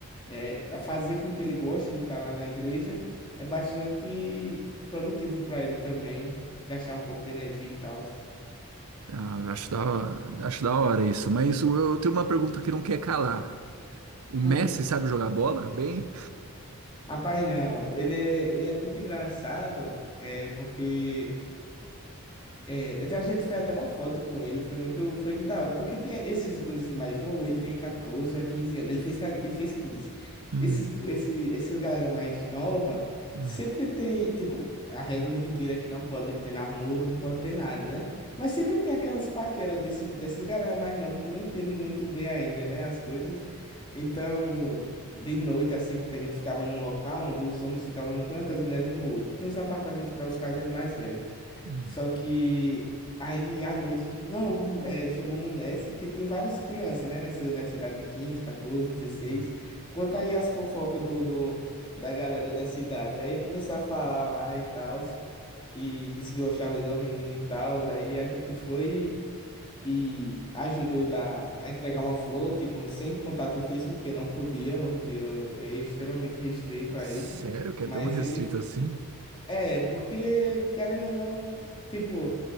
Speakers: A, on the left; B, on the right.
A: é, fazer com que ele goste de estar lá na igreja, é bastante produtivo para ele também, gastar um pouco de energia e tal.
B: Ah, acho da, acho da hora isso. Mas eu eu tenho uma pergunta que não quer calar. O Messi
A: Hum.
B: sabe jogar bola bem?
A: Rapaz, não, ele é, ele é muito engraçado, é porque. É, até a gente fez até uma foto com ele, foi muito, foi muito da hora, porque tem esses gurus mais novos, ele tem 14 a 15 anos, ele fez, ca- ele fez 15.
B: Hum,
A: Esses, esse, essa galera mais nova
B: hum,
A: sempre tem, tipo, a regra do Riteiro é que não pode ter namoro, não pode ter nada, né? Mas sempre tem aquelas paqueras desses, dessas galera mais nova que não entendem muito bem ainda, né, as coisas. Então, de noite, assim, porque a gente ficava num local onde os homens ficavam num canto, as mulheres no outro. Tinha uns apartamentos para os casais mais velhos.
B: hum,
A: Só que aí à noite a gente, não, é, chamamos o mestre, que tem várias crianças, né, nessa, nessa idade de 15 14, dezesseis
B: hum.
A: Conta aí as fofocas do, do, da galera da cidade. Aí começou a falar lá e tal, e disse que gostava de uma menina e tal. Aí a gente foi e ajudou ele lá a entregar uma flor, tipo, sem contato físico, porque não podia, o retiro é extremamente restrito a
B: Sério
A: isso.
B: que
A: Mas
B: é tão restrito
A: ele
B: assim?
A: é, porque, querendo ou não, tipo,